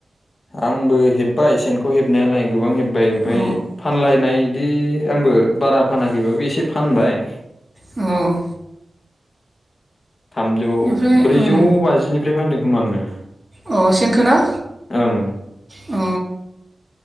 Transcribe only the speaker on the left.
आंबो हेब्बाय सेनखौ हेबनायालाय गोबां हेब्बाय। ओमफ्राय
फानलायनाय बिदि आंबो बारा फानाखैबाबो एसे फानबाय।
थामजौ,
ब्रैजौ
बाजिनिफ्राय फानदों खोमा आङो।
ओं ओं।